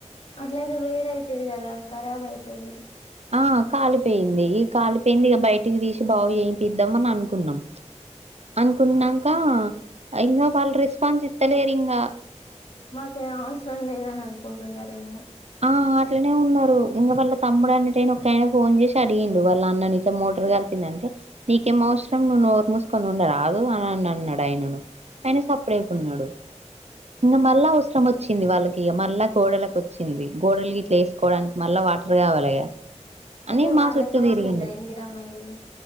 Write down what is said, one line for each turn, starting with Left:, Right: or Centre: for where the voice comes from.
Left: అట్లయితే వేడైతది కదా ఖరాబ్ అయితది
Right: ఆ! కాలిపోయింది ఈ కాలిపోయింది ఇగ బయటికి తీసి బాగు చేపిద్దాం అని అనుకున్నాం అన్ అంకా ఇంగా వాళ్లు రెస్పాన్స్ ఇత్తలేరీంగా
Left: మాకేం అవసరం లేదని అనుకుంటున్నారేమో
Right: ఆ అట్లనే ఉన్నారు ఇంగా వాళ్ళ తమ్ముడు అనేటైనా ఒక ఆయన ఫోన్ చేసి అడిగిండు వాళ్ళ అన్నని ఇట్ల మోటర్ కాలిపోయిందంటే నీకేం అవసరం నువ్వు నోరు మూసుకొని ఉండ రాదు అని అన్నాడు ఆయనను ఆయన సప్పుడ చెయ్యకుండా ఉన్నాడు ఇంగా మళ్ళా అవసరం వచ్చింది వాళ్ళకి ఇగా మళ్ళా గోడలకు వ వచ్చింది గోడలు గిట్లా ఏసుకోవడానికి మళ్ల వాటర్ కావాలేగా
Left: అంటే
Right: అని మా
Left: వాళ్ళకు
Right: సుట్టూ
Left: వచ్చిందా
Right: తిరిగిండు
Left: ఇందిరమ్మ ఇల్లు